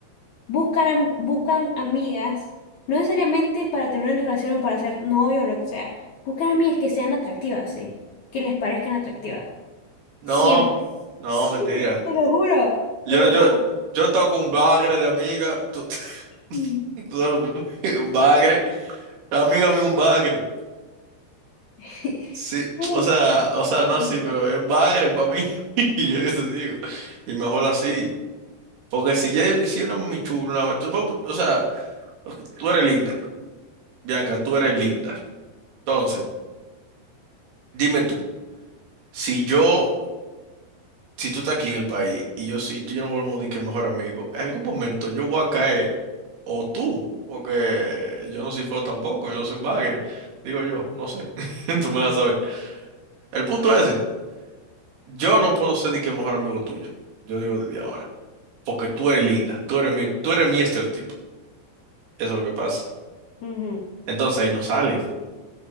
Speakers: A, on the left; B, on the right.
A: buscan, am- buscan amigas, no necesariamente para tener una relación o para ser novio o lo que sea. Buscan amigas que sean atractivas, sí. Que les parezcan atractivas.
B: No,
A: Siempre.
B: no,
A: Siempre.
B: mentira.
A: Te lo juro.
B: Yo,
A: Te lo
B: yo,
A: juro.
B: yo toco un bagre de amiga, tú, <laughs>
A: Mm.
B: tú dale un un bagre, amiga mía un bagre.
A: <laughs>
B: Sí,
A: Ujú,
B: o sea, o sea, no
A: ujú.
B: así, pero es un bagre para mí. <laughs> Y yo qué te digo. Y mejor así. Porque si, ya, si una mami chula, una, vaina- supongo- o sea, ok, tú eres linda, Bianca, tú eres linda. Entonces, dime tú, si yo, si tú estás aquí en el país y yo sí, tú y yo nos volvemos de que mejor amigo, en algún momento yo voy a caer, o tú, porque yo no soy feo tampoco, yo no soy un bagre, digo yo, no sé, <laughs> tú me vas a saber. El punto es, ese, yo no puedo ser de que mejor amigo tuyo, yo digo desde ahora. porque tú eres linda, tú eres mi, tú eres mi estereotipo. Eso es lo que pasa.
A: Ujú, ujú.
B: Entonces ahí no sale,